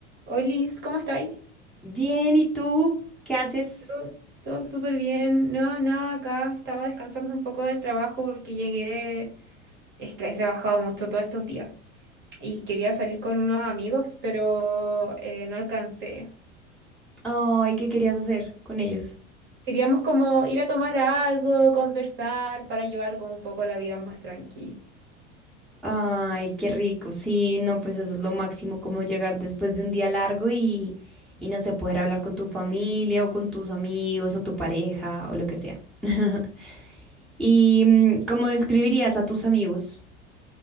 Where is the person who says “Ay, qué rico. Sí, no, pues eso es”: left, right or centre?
Centre